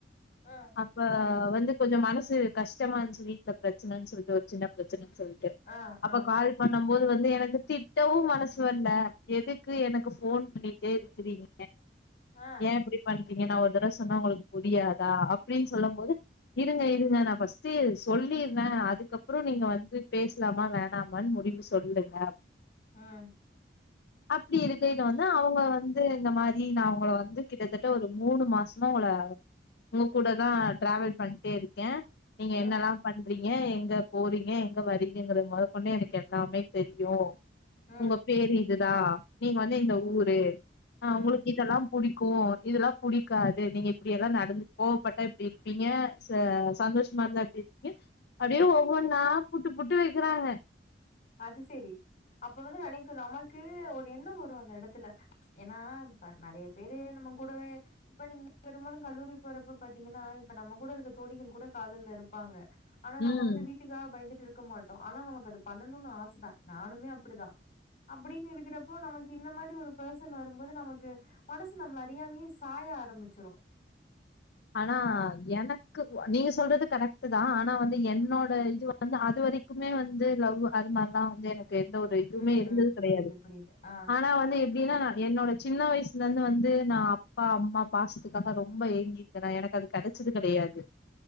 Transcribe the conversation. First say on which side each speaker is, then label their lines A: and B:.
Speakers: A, on the left; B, on the left.
A: ம்
B: அப்ப வந்து கொஞ்சம் மனசு கஷ்டமா இருந்துச்சு வீட்டுல பிரச்சனைன்னு சொல்ட்டு ஒரு சின்ன பிரச்சனை சொல்லிட்டு
A: ஆ
B: அப்ப
A: ஆ
B: கால் பண்ணு போது வந்து எனக்கு திட்டவும் மனசு வரல எதுக்கு எனக்கு ஃபோன் பண்ணிட்டே இருக்கிறீங்க
A: ஆ
B: ஏன் இப்படி பண் றீங்க ஒரு தடவை சொன்னா உங்களுக்கு புரியாதா அப்படின்னு சொல்லும் போது இருங்க இருங்க நான் ஃபர்ஸ்ட்டு சொல்லிறேன் அதுக்கப் புறம் நீங்க வந்து பேசலாமா வேணாமனு முடிவு சொல்லுங்க
A: உஹம்
B: அப்புடி இருக்குல வந்து அவுங்க வந்து இந்த மாரி நா அவுங்கள வந்து கிட்டத்தட்ட ஒரு மூணு மாசமா உங்கள உங்க கூடதா டிராவல் பண்டே இருக்கே நீங்க
A: ம்
B: என்னெல்லா பண்றீங் ஏன் எங்க போறீங்க எங்க வரீங்க என்கற முதற்கொண்டு எனக்கு எல்லாமே தெரியு
A: ம்
B: உங்க பேரி இதுதா நீங்க வந்து இந்த ஊரு ஆஹ்
A: ம்
B: உங்களுக்கு இதெல்லா புடிக் கோவோ இதெல்லா புடிக்காது நீங்க இப்புடியேல்லா நடந்து கோவப்பட்டா இப்பிடி இருப்பீங்க ச சந்தோஷமா இருந்தா எப்பிடி இருப்பீங்க அப்டியே ஒ ஒவ்வொன்னா புட்டு புட்டு வைக்கிறாங்க
A: அது சரி அப்ப வந்து நெனைக்கு நம க்கு ஒரு எண்ணம் வரும் அந்த எடத்துல ஏன்னா இப்ப நறைய பேரு நம்ம கூடவே இப்ப நீங்க பெரும்பாலும் கல்லூரி போறப்ப பாத்தீங்கன்னா இப்ப நம்ம கூட இருக்க தோழிகள் கூட காதல் இருப்பாங்க ஆனா நம்ம
B: ம்
A: வந்து வீட்டுக்காக பயந்துட்டு இருப் க்க மாட்டோ ஆனா நமக்கு அது பண்ணணும்ன்னு ஆசதா நானுமே அப்புடிதா அப்டின்னு இருக்குறப்போ நமக்கு இந்த மாரி ஒரு பர்சன் வரும்போது நமக்கு மனசு நம்மல அறியாமலே சாய ஆரம்பிச்சிரும்
B: ஆனா எனக்கு நீங்க சொல்றது கரெக்ட்டு தா ஆனா வந்து என்னோட இது வந்து அது வரைக்குமே வந்து லவ் அது மாரிலாம் வந்து எனக்கு தே எந்த ஒரு இதுவுமே
A: ம்
B: இருந்தது
A: ம்
B: கெடையாது
A: புரியுது புரியுது ஆ
B: ஆனா வந்து எப்டின்னா என்னோட சின்ன வயசுலருந்து வந்து நா அப்பா அம்மா பாசத்துக்காக ரொம்ப ஏங்கி ஏன்னா எனக்கு அது கெடைச்சது கெடையாது